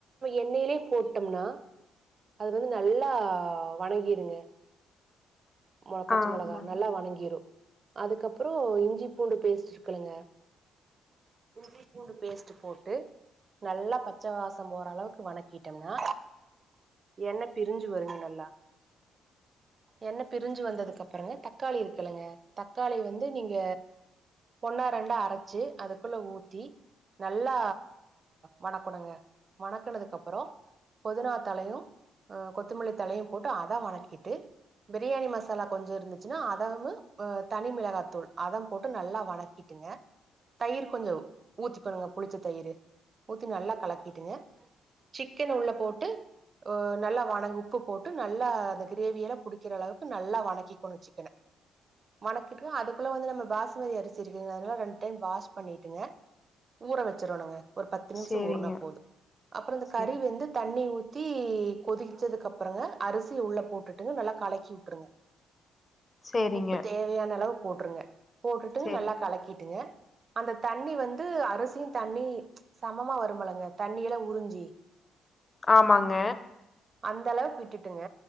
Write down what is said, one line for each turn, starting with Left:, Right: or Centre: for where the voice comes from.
Right: எண்ணையிலே போட்டோம்னா அது வந்து நல்லா வணங்கிருங்க ஆமா பச்சை
Left: ஆமாங்க
Right: மிளகா நல்லா வணங்கிரும் அதுக்கப்றம் இஞ்சி பூண்டு பேஸ்ட் இருக்குலுங்க இஞ்சி பூண்டு பேஸ்ட் போட்டு நல்லா பச்ச வாச போற அளவுக்கு வணக்கிட்டேம்னா எண்ணெய் பிரிஞ்சு வருங்க நல்லா எண்ண பிரிஞ்சு வந்ததுக்கு அப்புறங்க தக்காளி இருக்கலங்க தக்காளி வந்து நீங்க ஒன்னா ரெண்டா அரைச்சு அதுக்குள்ள ஊத்தி நல்லா வணக்கணுங்க வணக்குனதுக் அப்றோ பொதினா தலையு அ கொத்தமல்லி தலையு போட்டு அத வணக்கிட்டு பிரியாணி மசாலா கொஞ்சோ இருந்துச்சுன்னா அதவும் தனி மிளகா தூள் அதவும் போட்டு நல்லா வணக்கி ங்க தயிர் கொஞ்சோ ஊத்திக்கணுங்க புளிச்ச தயிரு ஊத்தி நல்லா கலக்கிட்டுங்க சிக்கன் உள்ள போட்டு நல்லா வண உப்பு போட்டு நல்லா அந்த கிரேவிய எல்லா புடிக்கிற அளவுக்கு நல்லா வணக்கிக்கனு சிக்கன வணக்கிட்டு அதுக்குள்ள வந்து நம்ம பாசுமதி அரிசி இருக்குங்க அதனால ரெண்டு டைம் வாஷ் பண்ணிட்டுங்க ஊற வச்சிரனுங்க ஒரு பத்து நிமிஷம்
Left: சேரிங்க
Right: ஊர்னா போது அப்றோ இந்த
Left: சேரி
Right: கறி வந்து தண்ணி ஊத் தி கொதிச்சதுக் அப்றங்க அரிசி உள்ள போட்டுட்டுங்க நல்லா கலக்கி உட்ருங்க
Left: சேரிங்க
Right: உப்பு தேவையான அளவு போட்டுருங்க போட்டுட்டு
Left: சேரிங்க
Right: நல்லா கலக்கிட்டுங்க அந்த தண்ணி வந்து அரிசியு தண்ணி சமமா வரும்பலங்க தண்ணி எல்லா உறிஞ் ஜி
Left: ஆமாங்க
Right: அந்த அளவுக்கு விட்டுட்டுங்க